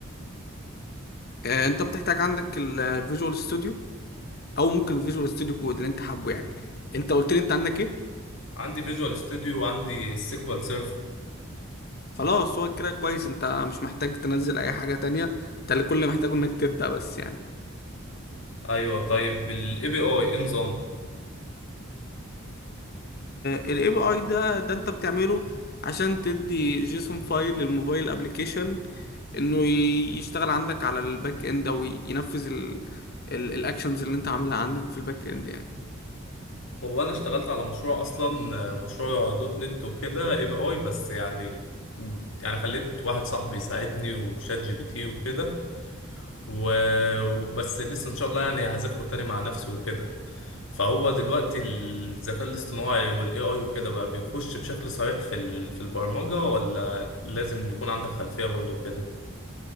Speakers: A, on the left (about 50°); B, on the left (about 70°).
A: آه، انت بتحتاج عندك الفيجوال ستوديو او ممكن الفيجوال ستوديو كود اللي انت حابه يعني انت قلت لي انت عندك ايه
B: عندي فيجوال ستوديو وعندي السيكوال سيرفر
A: خلاص هو كده كويس انت مش محتاج تنزل اي حاجه تانية انت اللي كل اللي محتاجه انك تبدا بس يعني
B: ايوه طيب الاي بي اي ايه نظامه
A: الاي بي اي ده ده انت بتعمله عشان تدي جيسون فايل للموبايل ابلكيشن انه ي- يشتغل عندك على الباك اند او ي- ينفذ الاكشنز اللي انت عاملها عندك في الباك اند يعني
B: هو انا اشتغلت على مشروع اصلا مشروع دوت نت وكده اي بي اي بس يعني يعني خليت واحد صاحبي يساعدني وشات جي بي تي وكده و- وبس لسه ان شاء الله يعني هذاكره تاني مع نفسي وكده فهو دلوقتي الذكاء الاصطناعي والاي اي وكده بقى بيخش بشكل صريح في ال... في البرمجة ولا لازم يكون عندك خلفية برضه كده